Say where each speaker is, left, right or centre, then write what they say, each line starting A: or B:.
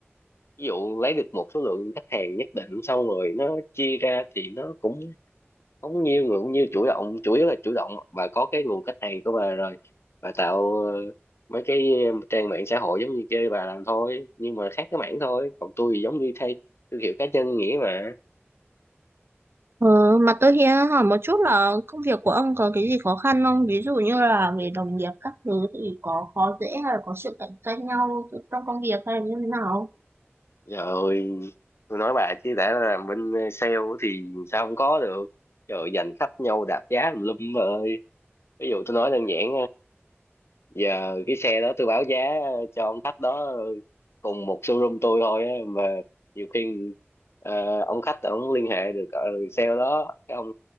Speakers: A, on the left; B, on the right.
A: ví dụ lấy được một số lượng khách hàng nhất định xong rồi nó chia ra thì nó cũng không nhiều người cũng nhiều chủ động chủ yếu là chủ động bà có cái nguồn khách hàng của bà rồi bà tạo ờ, mấy cái trang mạng xã hội giống như kia bà làm thôi nhưng mà khác cái mảng thôi còn tôi thì giống như thay thương hiệu cá nhân nghĩa mà
B: Ừ, mà tôi hiện hỏi một chút là công việc của ông có cái gì khó khăn không? Ví dụ như là về đồng nghiệp các thứ thì có khó dễ hay là có sự cạnh tranh nhau trong công việc hay là như thế nào?
A: trời ơi tôi nói bà chứ đã làm bên sale thì sao không có được trời ơi, giành khách nhau đạp giá tùm lum bà ơi ví dụ tôi nói đơn giản giờ cái xe đó tôi báo giá cho ông khách đó cùng một showroom tôi thôi á, mà nhiều khi ờ, ông khách ông liên hệ được uh, sale đó cái ông